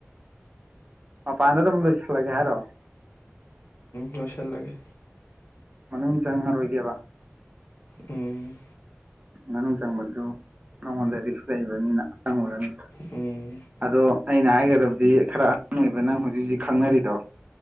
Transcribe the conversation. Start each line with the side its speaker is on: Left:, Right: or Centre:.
Right: ꯑꯣ ꯄꯥꯟꯗ ꯃ ꯂ ꯏꯁꯆꯥ ꯂꯒꯦ ꯍꯥꯏꯔ
Left: ꯂꯁꯦꯜ ꯂꯒꯦ
Right: ꯃꯅꯨꯡ ꯆꯪꯉꯔꯣꯏꯒꯦꯕ
Left: ꯎꯝ
Right: ꯃꯅꯨꯡ ꯆꯪꯕꯗꯨ ꯅꯉꯣꯟꯗ ꯔꯤꯛꯁ ꯂꯩꯕꯅꯤꯅ ꯆꯪꯉꯨꯔꯅꯤ
Left: ꯎꯝ
Right: ꯑꯗꯣ ꯑꯩꯅ ꯍꯥꯏꯒꯗꯕꯗꯤ ꯈꯔ ꯑꯍꯥꯡ ꯑꯣꯏꯕ ꯅꯪ ꯍꯧꯖꯤꯛ ꯍꯧꯖꯤꯛ ꯈꯪꯅꯔꯤꯗꯣ